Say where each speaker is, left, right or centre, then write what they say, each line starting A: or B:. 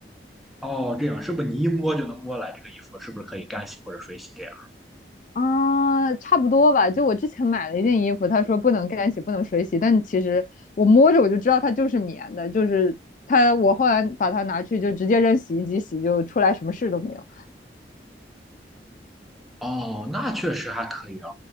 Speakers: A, in the centre; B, on the left.
A: 哦，这样是不是你一摸就能摸来这个衣服是不是可以干洗或者水洗这样？
B: 啊，差不多吧。就我之前买了一件衣服，他说不能干洗，不能水洗，但其实我摸着我就知道它就是棉的，就是它。我后来把它拿去就直接扔洗衣机洗，就出来什么事都没有。
A: 哦，那确实还可以啊。